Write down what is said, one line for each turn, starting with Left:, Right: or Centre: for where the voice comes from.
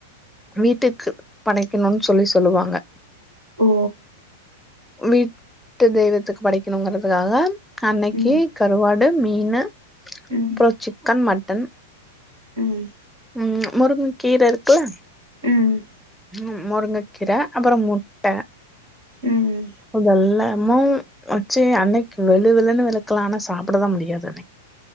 Centre: வீட்டுக்கு படைக்கணோன்னு சொல்லி சொல்லுவாங்க
Right: ஓ
Centre: வீட்டு தெய்வத்துக்கு படைக்கணுங்கிறதுக்காக அன்னைக்கு
Right: ம்
Centre: கருவாடு மீனு
Right: ம்
Centre: அப்புறோ சிக்கன் மட்டன்
Right: ம்
Centre: ம் முருங்கக் கீர இருக்குல
Right: ம்
Centre: ம் முருங்கக்கீர அப்புறம் முட்ட
Right: ம்
Centre: அதெல்லா அம்மாவு வச்சு அன்னைக்கு வெளு வெளுன்னு வெளுக்கலா ஆனா சாப்டதான் முடியாது